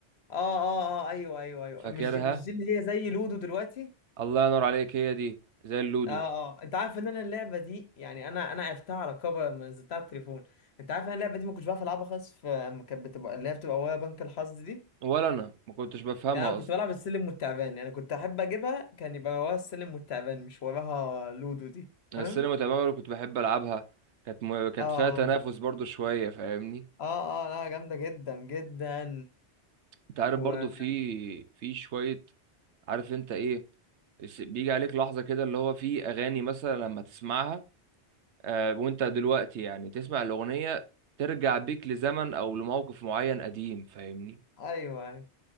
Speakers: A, on the left (about 70°); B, on the right (about 85°).
A: اه اه آه، ايوه ايوه ايوه
B: فاكرها
A: مش دي مش دي اللي هي زي لودو دلوقتي
B: الله ينور عليك هي دي زي اللودو
A: اه اه انت عارف ان انا اللعبه دي يعني انا انا عرفتها على كبر لما نزلتها على التليفون انت عارف ان انا اللعبه دي ما كنتش بعرف العبها خالص في اما كانت بتبقى اللي هي بتبقى ويا بنك الحظ دي
B: ولا انا ما كنتش بفهمها
A: يعني انا
B: اصلا
A: كنت بلعب السلم والتعبان يعني كنت احب اجيبها كان يبقى وراها السلم والتعبان مش وراها لودو دي فاهم
B: أنا السينما تماما اللي كنت بحب العبها كانت م... كانت
A: اه اه
B: فيها تنافس برضه شوية فاهمني
A: اه اه لا جامده جدا جدا
B: انت عارف
A: و
B: برضه في في شوية عارف انت ايه بيجي عليك لحظة كده اللي هو في اغاني مثلا لما تسمعها آه، وانت دلوقتي يعني تسمع الأغنية ترجع بيك لزمن أو لموقف معين قديم فاهمني
A: ايوه ايوه